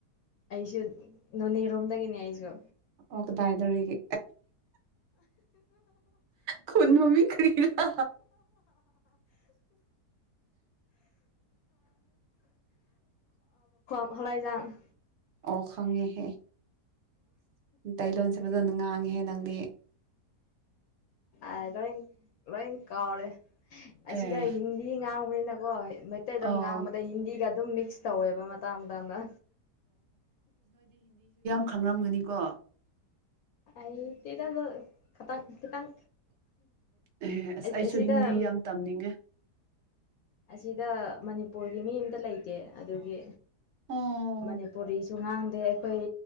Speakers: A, on the left (about 70°); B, on the right (about 60°).
A: ꯑꯩꯁꯨ ꯅꯣꯅꯦꯔꯣꯝꯗꯒꯤꯅꯦ ꯑꯩꯁꯨ
B: ꯑꯣꯒꯗ ꯍꯥꯏꯗꯣꯔꯤꯒ ꯈꯨꯅ ꯃꯃꯤ ꯀꯔꯤꯗ
A: ꯍꯂꯥꯏꯖꯥꯟ
B: ꯑꯣ ꯈꯉꯦꯍꯦ ꯇꯩꯂ ꯆꯕꯗ ꯍꯦ ꯅꯪꯗꯦ
A: ꯑ ꯂ ꯂꯤꯡ ꯀꯥꯎꯔꯦ ꯑꯁꯤꯗ
B: ꯑꯦ
A: ꯍꯤꯟꯗꯤ ꯉꯥꯡ ꯃꯅꯅꯥꯀꯣ ꯃꯩꯇꯩꯗ
B: ꯑꯣ
A: ꯉꯥꯡꯕꯗ ꯍꯤꯟꯗꯤꯒ ꯑꯗꯨꯝ ꯃꯤꯛꯁ ꯇꯧꯋꯦꯕ ꯃꯇꯥꯡ ꯃꯇꯥꯡꯗ
B: ꯈꯪꯂꯝꯝꯒꯅꯤꯀꯣ
A: ꯑꯩ ꯇ ꯇ ꯈꯇꯪ ꯈꯤꯇꯪ
B: ꯑꯦ ꯑꯁ ꯑꯩꯁꯨ
A: ꯑꯁꯤꯗ
B: ꯍꯤꯟꯗꯤ ꯌꯥꯝ ꯇꯝꯅꯤꯡꯉꯦ
A: ꯑꯁꯤꯗ ꯃꯅꯤꯄꯨꯔꯒꯤ ꯃꯤ ꯑꯃꯇ ꯂꯩꯇꯦ ꯑꯗꯨꯒꯤ
B: ꯑꯣ
A: ꯃꯅꯤꯄꯨꯔꯤꯁꯨ ꯉꯥꯡꯗꯦ ꯑꯩꯈꯣꯏ